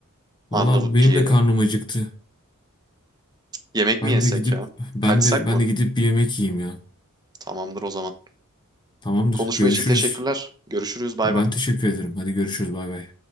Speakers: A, on the left (about 20°); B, on the right (about 20°).
A: Vallahi
B: Arnavut
A: benim
B: ciğeri.
A: de karnım acıktı.
B: Yemek
A: Ben
B: mi yesek
A: de gidip
B: ya?
A: ben
B: Kaçsak
A: de ben
B: mı?
A: de gidip bir yemek yiyeyim ya.
B: Tamamdır o zaman.
A: Tamamdır.
B: Konuşma
A: Görüşürüz.
B: için teşekkürler. Görüşürüz. Bay
A: Ben
B: bay.
A: teşekkür ederim. Hadi görüşürüz. Bay bay.